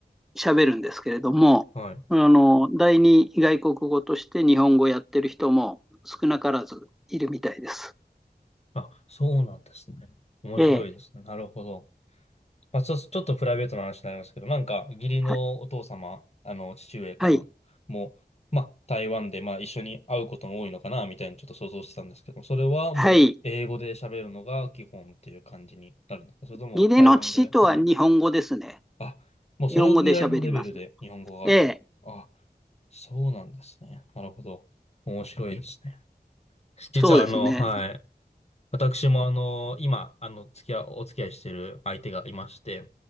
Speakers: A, in the centre; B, on the left.
A: 喋るんですけれども、
B: はい。
A: あの、第二外国語として日本語をやってる人も少なからずいるみたいです。
B: あ、そうなんですね。面白いですね。
A: ええ、
B: なるほど。まあ、そうちょっとプライベートな話になりますけど、なんか、義理のお父様、
A: は、
B: あの、父上かな、
A: はい、
B: もう、まあ、台湾で、まあ、一緒に会うことも多いのかな、みたいにちょっと想像してたんですけど、それはもう、
A: はい。
B: 英語で喋るのが基本っていう感じになるんですかそれとも、
A: 義理の父とは日本語ですね。
B: 台湾語ではい。あ、もうそれぐらいのレベルで、
A: 日本語で喋ります。
B: 日本語が。
A: ええ、
B: あ、そうなんですね。なるほど。面白いですね。実は、
A: そうですね。
B: あの、はい。私もあの、今、あの、付き合い、お付き合いしてる相手がいまして、